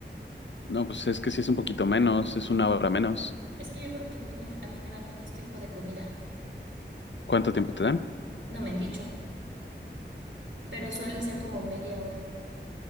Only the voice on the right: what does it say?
Es que yo creo que a mí, no- a mí me dan menos tiempo de comida,
no me han dicho, pero suele ser como media hora.